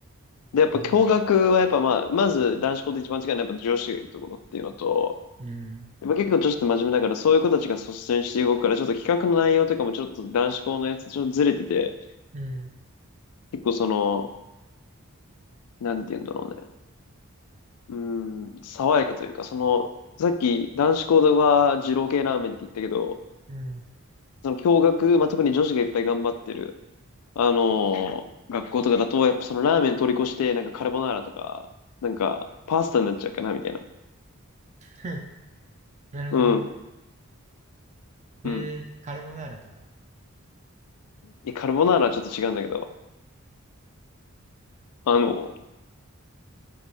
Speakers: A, on the left (about 90°); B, on the right (about 30°).
A: で、やっぱ共学はやっぱまあ、
B: えー、
A: まず男子校と一番違うのはやっぱ女子がいるところっていうのと、
B: うん、
A: やっぱ結構女子って真面目だから、そういう子たちが率先して動くから、ちょっと企画の内容とかもちょっと男子校のやつとちょっとずれてて、
B: うん、
A: 結構その、なんて言うんだろうね。うーん、爽やかというか、その、さっき男子校では二郎系ラーメンって言ったけど、
B: うん。
A: その共学、まあ、特に女子がいっぱい頑張ってる、あのー学校とかだと、やっぱそのラーメン通り越して、なんかカルボナーラとか、なんかパスタになっちゃうかな、みたいな。
B: ふんなるほどね。
A: うん、
B: えー、
A: うん。
B: カルボナーラとか。
A: いやカルボナーラはちょっと違うんだけど、あの、